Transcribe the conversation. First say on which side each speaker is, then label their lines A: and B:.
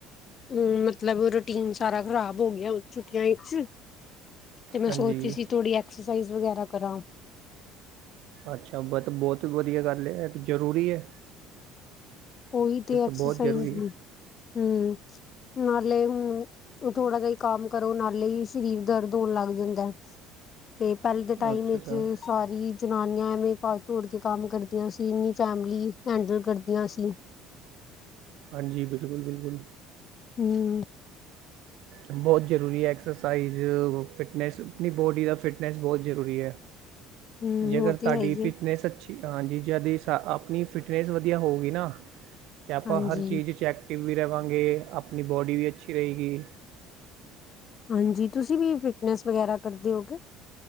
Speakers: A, on the left; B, on the right.
A: ਹੂੰ, ਮਤਲਬ ਰੂਟੀਨ ਸਾਰਾ ਖ਼ਰਾਬ ਹੋ ਗਯਾ ਹੁਨ ਛੁੱਟੀਆਂ ਇਚ ਤੇ ਮੈਂ
B: ਹਾਂਜੀ
A: ਸੋਚ ਰੀ ਸੀ, ਥੋੜੀ ਐਕਸਰਸਾਈਜ਼ ਵਗੈਰਾ ਕਰਾਂ
B: ਅੱਛਾ, ਬਟ ਬੋਤ ਵਦੀਆ ਗੱਲ ਏ, ਐ ਤੇ ਜ਼ਰੂਰੀ ਐ।
A: ਉਈ ਤੇ ਐਕਸਸਾਈਜ਼,
B: ਬਹੁਤ ਜ਼ਰੂਰੀ ਹੈ
A: ਹੂੰ, ਨਾਲੇ ਹੂੰ ਓ ਥੋੜਾ ਜਾ ਈ ਕੰਮ ਕਰੋ, ਨਾਲੇ ਈ ਸ਼ਰੀਰ ਦਰਦ ਹੋਨ ਲਗ ਜਾਂਦੈ। ਤੇ ਪੈਲ੍ਹੇ ਦੇ ਟਾਈਮ
B: ਅੱਛਾ
A: ਵਿੱਚ
B: ਅੱਛਾ
A: ਸਾਰੀ ਜਨਾਨੀਆਂ ਐਵੇਂ ਭਾਜ-ਧੋੜ ਕੇ ਕੰਮ ਕਰਦੀਆਂ ਸੀ, ਇੰਨੀ ਫੈਮਿਲੀ ਹੈਂਡਲ ਕਰਦੀਆਂ ਸੀ।
B: ਹਾਂਜੀ, ਬਿਲਕੁਲ-ਬਿਲਕੁਲ।
A: ਹੂੰ।
B: ਬਹੁਤ ਜ਼ਰੂਰੀ ਐ ਐਕਸਸਾਈਜ਼, ਫਿਟਨੈਸ ਅਪਨੀ ਬੋਡੀ ਦਾ ਫਿਟਨੈਸ ਬੋਤ ਜ਼ਰੂਰੀ ਐ।
A: ਹਮ
B: ਜੇਕਰ
A: ਉਹ ਤੇ
B: ਤਾਡੀ
A: ਹੈ ਹੀ
B: ਫਿਟਨੈਂਸ
A: ਹੈ
B: ਅੱਛੀ ਹਾਂਜੀ, ਜਦੀ ਸਾ ਆਪਨੀ ਫਿਟਨੈਂਸ ਵਦੀਆ ਹੋਊਗੀ ਨਾ, ਤੇ ਆਪਾ
A: ਹਾਂਜੀ
B: ਹਰ ਚੀਜ਼ ਚੈੱਕ ਐਕਟਿਵ ਵੀ ਰਵਾਂਗੇ, ਆਪਨੀ ਬੋਡੀ ਵੀ ਅੱਛੀ ਰਏਗੀ।
A: ਹਾਂਜੀ, ਤੁਸੀ ਵੀ ਫਿਟਨੈਸ ਵਗੈਰਾ ਕਰਦੇ ਓ ਕੇ?